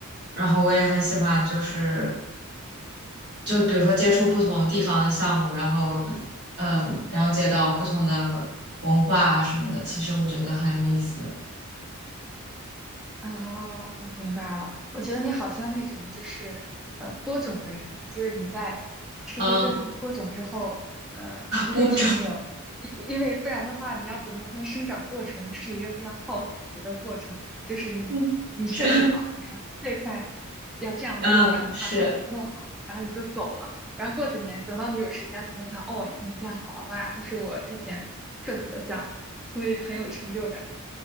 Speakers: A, on the right (about 50°); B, in the centre.
A: 然后我也很喜欢，就是就比如说接触不同地方的项目，然后嗯，了解到不同的文化啊什么的，其实我觉得很有意思。
B: 啊，我明白了。我觉得你好像那种就是呃播种的人，就是你在世界各地播种之后，
A: 嗯，
B: 呃不会停留，
A: 播种，
B: 因因为不然的话，你要等到它的生长过程是一个非常耗时的过程。就是你你设计好，
A: <laughs> 嗯，是。
B: 你说这块要这样做，
A: 嗯，
B: 然后你把种子弄好，
A: 是，
B: 然后你就走了。然后过几年，等到你有时间回头看，哦，已经建好了，哇，那是我之前设计的项目，所以很有成就感。